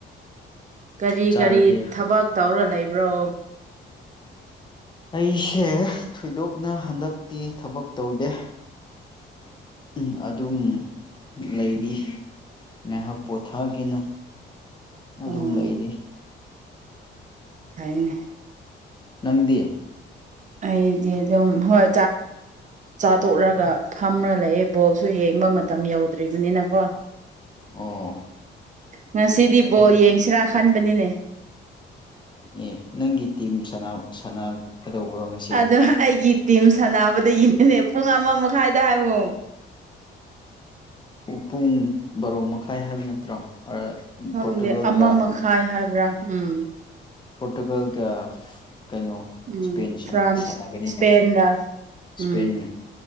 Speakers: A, on the right (about 40°); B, on the left (about 25°).
A: ꯀꯔꯤ
B: ꯆꯥꯔꯗꯤ
A: ꯀꯔꯤ ꯊꯕꯛ ꯇꯧꯔ ꯂꯩꯕ꯭ꯔꯣ
B: ꯑꯩꯁꯦ ꯊꯣꯏꯗꯣꯛꯅ ꯍꯟꯗꯛꯇꯤ ꯊꯕꯛ ꯇꯧꯗꯦ ꯎꯝ ꯑꯗꯨꯝ ꯂꯩꯔꯤ ꯉꯥꯏꯍꯥꯛ ꯄꯣꯊꯥꯒꯦꯅ ꯑꯗꯨꯝ
A: ꯑꯣ
B: ꯂꯩꯔꯤ
A: ꯐꯩꯅꯦ
B: ꯅꯪꯗꯤ
A: ꯑꯩꯗꯤ ꯑꯗꯨꯝ ꯍꯣꯏ ꯆꯥ ꯇꯣꯛꯂꯒ ꯐꯝꯃ ꯂꯩꯌꯦ ꯕꯣꯜꯁꯨ ꯌꯦꯡꯉ ꯆꯤꯡꯕ ꯃꯇꯝ ꯌꯧꯗ꯭ꯔꯤꯕꯅꯤꯅꯀꯣ
B: ꯑꯣ
A: ꯉꯁꯤꯗꯤ ꯕꯣꯔ
B: ꯑꯦ
A: ꯌꯦꯡꯁꯤꯔꯥ ꯈꯟꯕꯅꯤꯅꯦ
B: ꯑꯦ ꯅꯪꯒꯤ ꯇꯤꯝ ꯁꯅꯒꯗꯧꯕꯔꯣꯉꯁꯦ
A: ꯑꯗꯣ ꯑꯩꯒꯤ ꯇꯤꯝ ꯁꯥꯟꯅꯕꯗꯒꯤꯅꯦꯅꯦ ꯄꯨꯡ ꯑꯃ ꯃꯈꯥꯏꯗ ꯍꯥꯏꯕꯉꯣ
B: ꯄꯨꯡ ꯕꯥꯔꯣ ꯃꯈꯥꯏ ꯍꯥꯏꯕ ꯅꯠꯇ꯭ꯔꯣ
A: ꯈꯪꯗꯦ
B: ꯄꯣꯔꯇꯨꯒꯜꯒ
A: ꯑꯃ ꯃꯈꯥꯏ ꯍꯥꯏꯕ꯭ꯔꯥ ꯎꯝ
B: ꯄꯣꯔꯇꯨꯒꯜꯒ ꯀꯩꯅꯣ
A: ꯎꯝ
B: ꯏꯁꯄꯦꯟ
A: ꯐ꯭ꯔꯥꯟꯁ
B: ꯁꯥꯟꯅꯒꯅꯤꯅꯦ
A: ꯁ꯭ꯄꯦꯟꯔ
B: ꯏꯁꯄꯦ
A: ꯎꯝ
B: ꯅꯤ